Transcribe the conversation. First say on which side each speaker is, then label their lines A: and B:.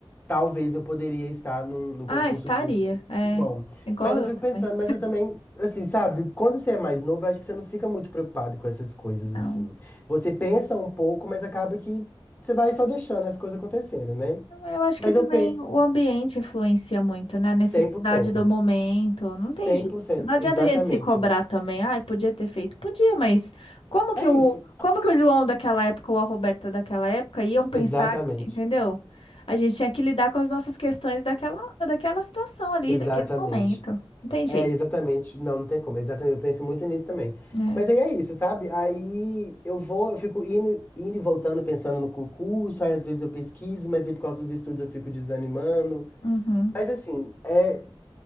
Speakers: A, on the left (about 15°); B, on the left (about 70°).
A: talvez eu poderia estar num, num
B: Ah,
A: concurso
B: estaria.
A: público
B: É.
A: muito bom.
B: Igual
A: Mas eu
B: eu
A: fico
B: também.
A: pensando, mas eu também, assim, sabe, quando você é mais novo, eu acho que você não fica muito preocupado com essas coisas, assim.
B: Não.
A: Você pensa um pouco, mas acaba que você vai só deixando as coisas acontecendo, né?
B: Eu acho
A: Mas
B: que também
A: eu penso
B: o ambiente influencia muito, né? A necessidade
A: cem cem por cento
B: do momento. Não
A: cem
B: tem jeito.
A: por cento
B: Não adianta
A: exatamente.
B: a gente se cobrar também. Ai, podia ter feito. Podia, mas como que
A: É
B: o,
A: isso.
B: como que o João daquela época ou a Roberta daquela época iam pensar,
A: Exatamente.
B: que- entendeu? A gente tinha que lidar com as nossas questões daquela, daquela situação ali,
A: Exatamente.
B: daquele momento. Não tem
A: É,
B: jeito.
A: exatamente. Não, não tem como. Exatamente. Eu penso muito nisso também.
B: né
A: Mas aí é isso, sabe? Aí eu vou, eu fico indo, indo e voltando, pensando no concurso, aí às vezes eu pesquiso, mas aí por causa dos estudos eu fico desanimando.
B: Uhum.
A: Mas assim, é,